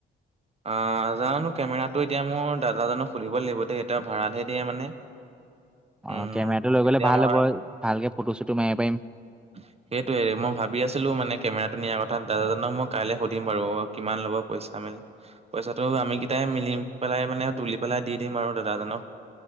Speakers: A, on the right (about 30°); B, in the centre.
A: অহ জানো কেমেৰাটো এতিয়া মোৰ দাদাজনক সুধিব লাগিব দেই তেওঁ ভাড়াতহে দিয়ে মানে
B: অ
A: উম,
B: কেমেৰাটো লৈ
A: এতিয়া
B: গ'লে ভাল
A: মই
B: হ'ব ভালকে ফটো চটো মাৰিব পাৰিম
A: <unintelligible> সেইটোৱে মই ভাবি আছিলো মানে কেমেৰাটো নিয়াৰ কথা দাদাজনক মই কাইলে সুধিম বাৰু কিমান ল'ব পইচা মেলি পইচাটো আমি কেইটাই মিলি পেলাই মানে তুলি পেলাই দি দিম আৰু দাদাজনক